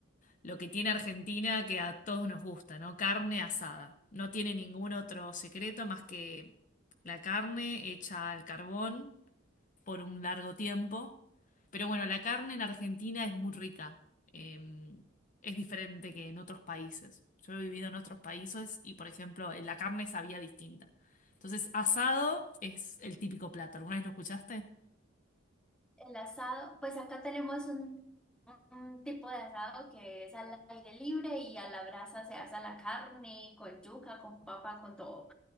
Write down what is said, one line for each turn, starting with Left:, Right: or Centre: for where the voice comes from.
Left: lo que tiene Argentina que a todos nos gusta, ¿no? Carne asada. No tiene ningún otro secreto más que la carne hecha al carbón por un largo tiempo. Pero bueno, la carne en Argentina es muy rica. Eh, es diferente que en otros países. Yo he vivido en otros países y, por ejemplo, la carne sabía distinta. Entonces, asado es el típico plato. ¿Alguna vez lo escuchaste?
Centre: El asado, pues acá tenemos un, un tipo de asado que es al aire libre y a la brasa se asa la carne con yuca, con papa, con todo.